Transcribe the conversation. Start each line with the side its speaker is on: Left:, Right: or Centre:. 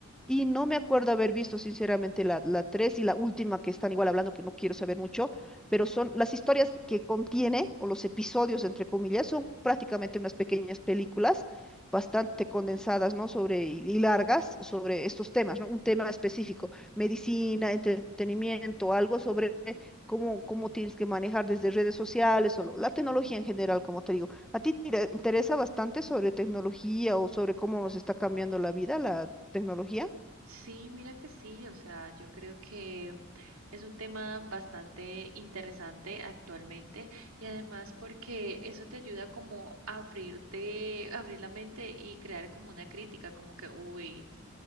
Centre: Y no me acuerdo haber visto, sinceramente, la, la 3 y la última que están igual hablando, que no quiero saber mucho, pero son las historias que contiene, o los episodios, entre comillas, son prácticamente unas pequeñas películas bastante condensadas, ¿no? Sobre, y y largas, sobre estos temas, ¿no? Un tema específico, medicina, entretenimiento, algo sobre cómo, cómo tienes que manejar desde redes sociales o lo- la tecnología en general, como te digo. ¿A ti te interesa bastante sobre tecnología o sobre cómo nos está cambiando la vida, la tecnología?
Right: Sí, mira que sí, o sea, yo creo que es un tema bastante interesante actualmente y además porque eso te ayuda como a abrirte, abrir la mente y crear como una crítica, como que, uy,